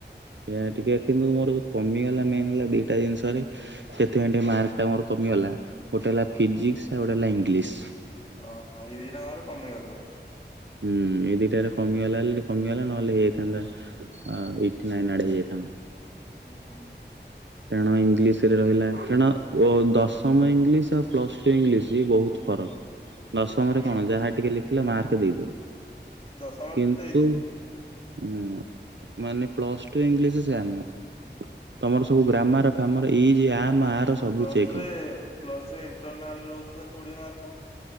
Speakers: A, on the right (about 75°); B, on the left (about 30°).
A: ସେଇା ଟିକେ କିନ୍ତୁ ମୋର ଯୋଉ କମିଗଲା ମେନ୍ ହେଲା ଦିଟା ଜିନିଷରେ ସେଥିପାଇଁ ଟିକେ ମାର୍କ ଟା ମୋର କମିଗଲା ଗୋଟେ ହେଲା ଫିଜିକସ ଆଉ ଗୋଟେ ହେଲା ଇଂଲିଶ।
B: ଓହୋ ଏଇ ଦିଟା ଙ୍କରେ କମିଗଲା।
A: ହୁଁ ଏ ଦିଟାରେ କମିଗଲା ବୋଲି କମିଗଲା ନହେଲେ ହେଇଯାଇଥାନ୍ତା ଏଇଟ୍ ଟି ନାଇନ୍ ଆଡେ ହେଇଥାନ୍ତା।
B: ହୁଁ ହୁଁ।
A: ତେଣୁ ଇଂଲିଶ ରେ ରହିଲା ତେଣ ଦଶମ ଇଂଲିଶ ଆଉ ପ୍ଲସ ଟୁ ଇଂଲିଶ ବହୁତ ଫରକ। ଦଶମରେ
B: ହୁଁ
A: କଣ ଯାହା ଟିକେ ଲେଖିଲ ମାର୍କ ଦେଇଦେବେ।
B: ଦଶମରେ
A: କିନ୍ତୁ
B: ତ ଦେଇଦେବେ।
A: ହୁଁ ମାନେ ପ୍ଲସ ଟୁ ଇଂଗିଲିସି ସେଇଆ ନୁହ, ତମର ସବୁ ଗ୍ରାମାର ଫାମର ଏଇଜି ଆର। ସବୁ
B: ପ୍ଲସ
A: ଚେକ୍
B: ଟୁରେ
A: ହବ
B: ପ୍ଲସ ଥ୍ରୀରେ ଇଣ୍ଟରନାଲ୍ ରହୁଚି ବା କୋଡିଏ ମାର୍କ?